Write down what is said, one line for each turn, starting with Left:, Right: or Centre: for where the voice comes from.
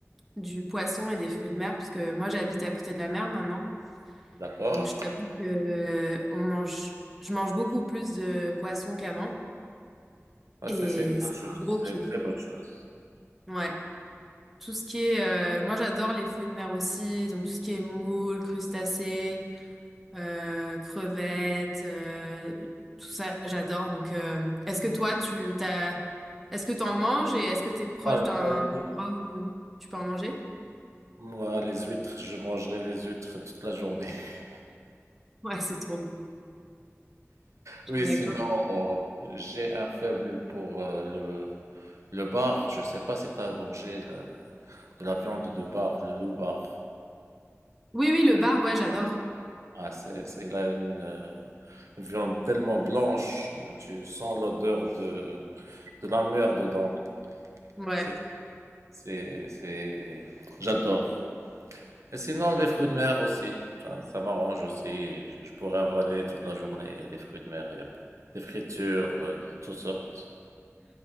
Centre: du poisson et des fruits de mer, parce que moi, j'habite à côté de la mer maintenant.
Right: D'accord.
Centre: Donc, je t'avoue que euh, on mange, je mange beaucoup plus de poissons qu'avant.
Right: Ouais,
Centre: Et
Right: c'est c'est une bonne
Centre: c'est
Right: chose,
Centre: gros
Right: c'est
Centre: qui.
Right: une très bonne chose.
Centre: Ouais. Tout ce qui est. euh, moi, j'adore les fruits de mer aussi. Donc, tout ce qui est moules, crustacés. euh, crevettes, euh, tout ça, j'adore. Donc, euh, est-ce que toi, tu t'as, est-ce que t'en manges et est-ce que t'es proche
Right: Moi,
Centre: d'un
Right: moi, les
Centre: endroit où tu peux en manger?
Right: moi, les huîtres, je mangerai les huîtres toute la journée. <laughs>
Centre: Ouais, c'est trop bon. Je
Right: Oui,
Centre: suis d'accord.
Right: sinon, j'ai un faible pour euh, le, le bar. Je sais pas si tu as mangé la, de la viande de bar, le loup bar.
Centre: Oui, oui, le bar, ouais, j'adore.
Right: Ah, c'est, c'est- il a une euh, viande tellement blanche, tu sens l'odeur de, de la mer dedans.
Centre: Ouais,
Right: C'est, c'est, c'est... J'adore. Et sinon, des fruits de mer aussi. Ça, ça m'arrange aussi. Je pourrais avaler toute la journée des fruits de mer. Il y a des fritures, euh, de toutes sortes.